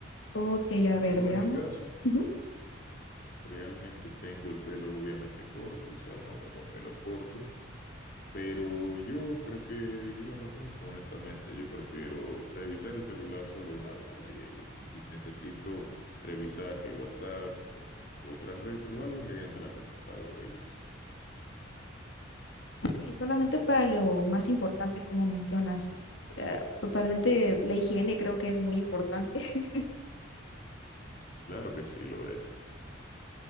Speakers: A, on the left; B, on the left.
A: Ok, a ver,
B: Yo,
A: veamos.
B: en mi caso,
A: Ujú.
B: realmente tengo el pelo obviamente corto, o sea, un hombre con pelo corto. Pero yo preferiría lo mismo, honestamente. Yo prefiero revisar el celular solo una vez al día. ya. Y si necesito revisar que WhatsApp o u otra red, lo hago mediante la computadora. y ya.
A: Sí, solamente para lo más importante, como mencionas. Eh, totalmente, la higiene creo que es muy importante. <laughs>
B: Claro que sí lo es.